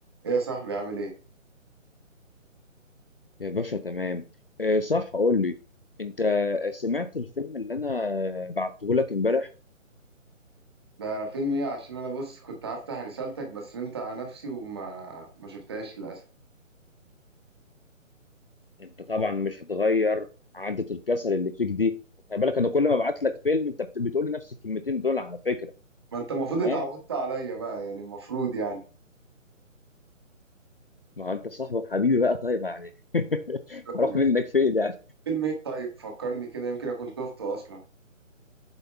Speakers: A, on the right (about 20°); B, on the left (about 45°).
A: ايه يا صاحبي عامل ايه
B: يا باشا تمام آه، صح قول لي انت سمعت الفيلم اللي انا بعته لك امبارح
A: وده فيلم ايه عشان انا بص كنت هفتح رسالتك بس نمت على نفسي وما ما شفتهاش للاسف
B: انت طبعا مش هتغير عادة الكسل اللي فيك دي خلي بالك انا كل ما ابعت لك فيلم انت بت- بتقول لي نفس الكلمتين دول على فكرة
A: ما انت المفروض
B: تمام
A: اتعودت عليا بقى يعني المفروض يعني
B: ما هو انت صاحبي وحبيبي بقى طيب يعني <laughs> هروح
A: قلبي
B: منك
A: فيه.
B: فين يعني
A: فيلم ايه طيب فكرني كده يمكن اكون شفته اصلا